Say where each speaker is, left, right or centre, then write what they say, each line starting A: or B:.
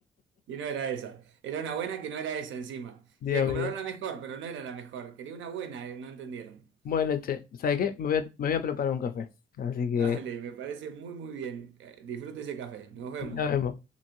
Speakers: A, on the right; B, on the left.
A: Y no era esa. Era una buena que no era esa encima.
B: Dios
A: Le compraron
B: mío.
A: la mejor, pero no era la mejor. Quería una buena, eh, no entendieron.
B: Bueno, che, ¿sabes qué? Me voy a, me voy a preparar un café. Así que
A: Dale, me parece muy, muy bien. Eh, Disfrute ese café. Nos vemos.
B: nos vemos.